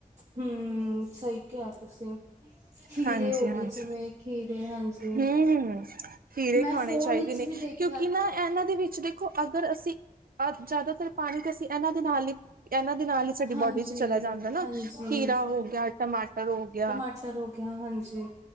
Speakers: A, on the right (about 50°); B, on the right (about 85°).
A: ਹਮ ਸਹੀ ਕਿਹਾ ਤੁਸੀਂ, ਖੀਰੇ
B: ਹਾਂਜੀ
A: ਹੋ
B: ਹਾਂਜੀ
A: ਗਏ ਜਿਵੇਂ ਖੀਰੇ ਹਾਂਜੀ,
B: ਹੂੰ। ਖੀਰੇ
A: ਮੈਂ
B: ਖਾਣੇ
A: ਫੋਨ
B: ਚਾਹੀਦੇ
A: ਵਿਚ
B: ਨੇ
A: ਵੀ ਦੇਖ
B: ਕਿਉਂਕਿ ਨਾ ਇਹਨਾਂ ਦੇ ਵਿੱਚ ਦੇਖੋ ਅਗਰ ਅਸੀਂ, ਅਹ ਜ਼ਿਆਦਾਤਰ ਪਾਣੀ ਅਸੀਂ ਇਹਨਾਂ ਦੇ ਨਾਲ ਹੀ ਇਹਨਾਂ ਦੇ ਨਾਲ ਹੀ ਸਾਡੀ
A: ਹਾਂਜੀ
B: ਬੋਡੀ 'ਚ ਚਲਾ ਜਾਂਦਾ ਨਾ,
A: ਹਾਂਜੀ
B: ਖੀਰਾ ਹੋ ਗਿਆ, ਟਮਾਟਰ ਹੋ ਗਿਆ
A: ਟਮਾਟਰ ਹੋ ਗਿਆ ਹਾਂਜੀ